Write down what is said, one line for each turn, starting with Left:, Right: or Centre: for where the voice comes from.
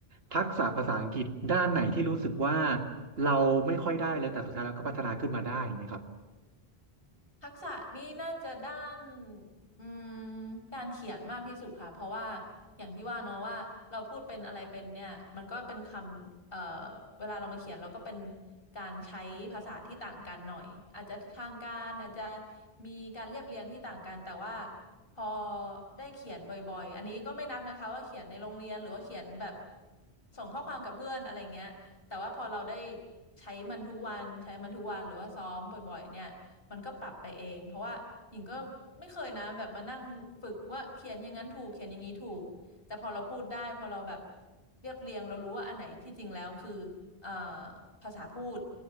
Right: ทักษะภาษาอังกฤษด้านไหนที่รู้สึกว่าเราไม่ค่อยได้เลยแต่สุดท้ายเราก็พัฒนาขึ้นมาได้อย่างเงี้ยครับ
Left: ทักษะนี่น่าจะด้านอืมการเขียนมากที่สุดค่ะเพราะว่าอย่างที่ว่าเนาะว่าเราพูดเป็นอะไรเป็นเนี่ยมันก็เป็นคำเอ่อเวลาเรามาเขียนเราก็เป็นการใช้ภาษาที่ต่างกันหน่อยอาจจะทางการอาจจะมีการเรียบเรียงที่ต่างกันแต่ว่าพอได้เขียนบ่อยๆอันนี้ก็ไม่นับนะคะว่าเขียนในโรงเรียนหรือว่าเขียนแบบส่งข้อความกับเพื่อนอะไรเงี้ยแต่ว่าพอเราได้ใช้มันทุกวันใช้มันทุกวันหรือว่าซ้อมบ่อยๆเนี่ย มันก็ปรับไปเองเพราะว่าหญิงก็ไม่เคยนะแบบมานั่งฝึกว่าเขียนอย่างนั้นถูกเขียนอย่างนี้ถูกแต่พอเราพูดได้พอเราแบบเรียบเรียงเรารู้ว่าอันไหนที่จริงแล้วคือเอ่อภาษาพูด